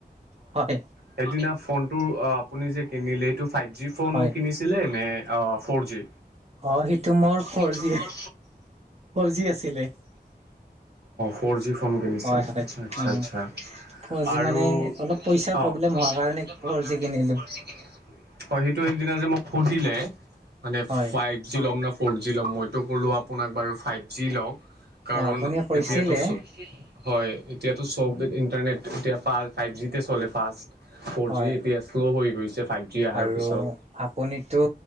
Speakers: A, on the right (about 40°); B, on the right (about 80°).
A: হয়
B: সেইদিনা ফোনটো অ আপুনি যে কিনিলে এইটো ফাইভ জি ফোন
A: হয়।
B: কিনিছিলে নে ফৰ জি?
A: অ' সেইটো মোৰ
B: অহ
A: ফ'ৰ
B: সেইটো
A: জি
B: মোৰ
A: ফ'ৰ জি আছিলে
B: ফৰ যি। কম কিনিছে
A: হয় হয়।
B: আচ্ছা, আচ্ছা,
A: অ'
B: আচ্ছা
A: ফ'ৰ জি
B: আৰু
A: মানে অলপ পইচাৰ প্ৰব্লেম
B: অঁ ম
A: হোৱাৰ কাৰণে ফ'ৰ জি কিনিলোঁ
B: শিকি <unintelligible> হয়। সেইটো সেইদিনা যে মোক সুধিলে মানে
A: হয়।
B: ফাইভ জি লম নে। ফ'ৰ জি ল'ম মইতো ক'লোঁ আপোনাক বাৰু ফাইভ জি লওক। কাৰণ
A: অ আপুনি কৈছিলে
B: এতিয়া তো হয় এতিয়ো চব ইন্টাৰনেট এতিয়া ফ ফাইভ জিতে চলে ফাষ্ট। ফ'ৰ
A: হয়।
B: জি এতিয়া শ্ল' হৈ গৈছে ফাইভ জি অহাৰ
A: আৰু
B: পিছত
A: আপুনিতটো